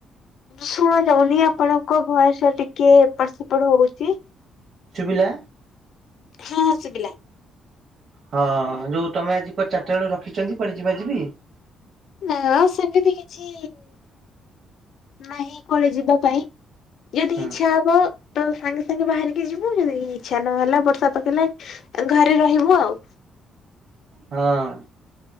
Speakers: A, on the left; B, on the right.
A: ଶୁଣା ଯାଉନି ଆପଣଙ୍କ ବୟସ ଏପଟ ସେପଟ ହଉଚି।
B: ଚୁବିଲା?
A: ହଁ ହଁ ଶୁବିଲା।
B: ହଁ ଯୋଉ ତମେ ଆଜି ଚାରଟା ବେଳକୁ ରଖିଛନ୍ତି କୁଆଡେ ଯିବା ଯିବି?
A: ନା ସେମିତି କିଛି ନାହିଁ କୁଆଡେ ଯିବା ପାଇଁ। ଯଦି
B: ହଁ
A: ଇଛା ହବ ତ ସାଙ୍ଗେ ସାଙ୍ଗେ ବାହାରିକି ଯିବୁ ଯଦି ଇଚ୍ଛା ନହେଲା ବର୍ଷା ପକେଇଲେ ଘରେ ରହିବୁ ଆଉ।
B: ହଁ।